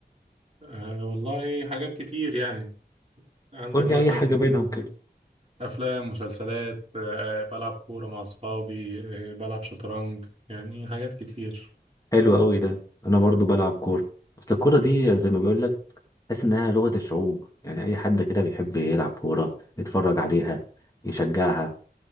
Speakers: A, on the right; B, on the left.
A: أه والله حاجات كتير يعني عندك
B: قول لي
A: مثلا
B: اي حاجه بينهم كده
A: افلام مسلسلات أه بلعب كورة مع اصحابي أه بلعب شطرنج يعني حاجات كتير
B: حلو قوي ده انا برضو بلعب كوره اصل الكوره دي زي ما بيقول لك تحس انها لغه الشعوب يعني اي حد كده بيحب يلعب كوره يتفرج عليها يشجعها